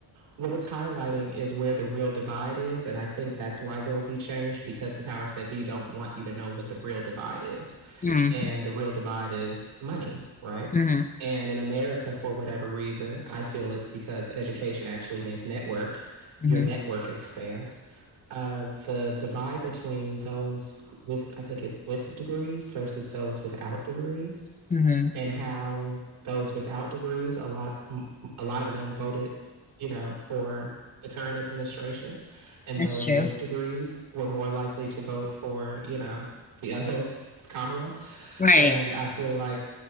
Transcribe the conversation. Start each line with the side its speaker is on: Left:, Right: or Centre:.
Right: what it's highlighting is where the real divide is. And I think that's why there'll be change because the powers that be don't want you to know what the real divide is
Left: Mm-hmm.
Right: and the real divide is money, right?
Left: Mm-hmm.
Right: And in America, for whatever reason, I feel it's because education actually means network.
Left: Mm-hmm.
Right: Your network expands. Uh, the divide between those with, I think, it with degrees versus those without degrees,
Left: Mm-hmm.
Right: and how those without degrees, a lot, a lot of them voted, you know, for the current administration, and
Left: That's
Right: those
Left: true.
Right: with degrees were more likely to vote for, you know, the other Kamala.
Left: Right.
Right: And I feel like